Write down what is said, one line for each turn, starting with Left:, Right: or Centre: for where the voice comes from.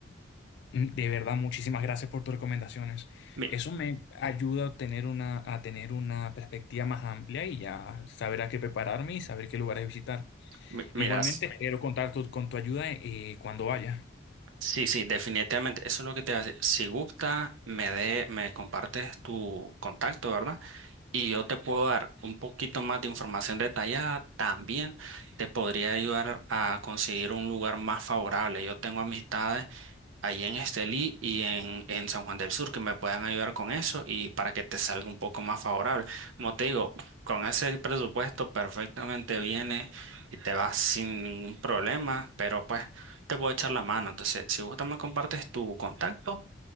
Left: Mm, De verdad, muchísimas gracias por tus recomendaciones.
Right: Mi-
Left: Eso me ayuda a tener una, a tener una perspectiva más amplia y ya saber a qué prepararme y saber qué lugares visitar.
Right: mi- miras.
Left: Igualmente, espero contar tu- con tu ayuda eh, cuando vaya.
Right: Sí, sí, definitivamente. Eso es lo que te hace. Si gusta, me de, me compartes tu contacto, ¿verdad? Y yo te puedo dar un poquito más de información detallada. También te podría ayudar a conseguir un lugar más favorable. Yo tengo amistades ahí en Estelí y en, en San Juan del Sur que me puedan ayudar con eso y para que te salga un poco más favorable. Como te digo, con ese presupuesto perfectamente viene y te vas sin ningún problema, pero pues te puedo echar la mano. Entonces, si gusta me compartes tu contacto